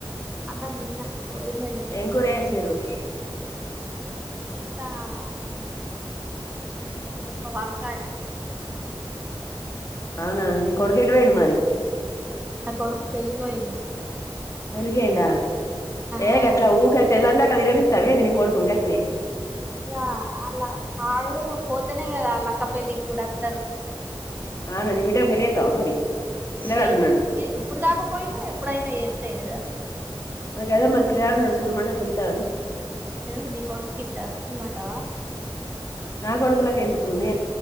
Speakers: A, on the right; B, on the left.
A: అన్నం తిన్న పొద్దున్నే తిన్న
B: ఎం కూర చేసిరూ
A: కూర ఏం కూర అబ్బా వంకాయ
B: అవ్న నీ కొడుకేటు పోయిండు మరి
A: నా కొడుకు పెళ్లికిపోయిండు
B: పెళ్లికిపోయిన్డ ఏ
A: ఆ
B: గట్లా ఊకె తెలందంక్ తీర్గనితవ ఏంది ని కోడుకున్ గట్ట్నే
A: ఆ అలా అడు పోతేనే కదా ఆలక్క పెళ్లిికి కూడా ఒతారు
B: అవున ని బిడకి పెళ్లి చేతవ మరి పిల్లగాడు
A: చేయాలి
B: ఉన్నడు
A: ఇప్పుడుకాక పోయినా ఎప్పుడయిన చేసుడే కదా.
B: మర్ గదే మరి పిల్లగడ్ ఉనడ్ సూడ్ మంటె సుస్తవ అని
A: ఎందుకు నీ కొడుకు గిట్ట ఇయ్యమంటావా
B: నా కొడుకులకు ఎందుకు నే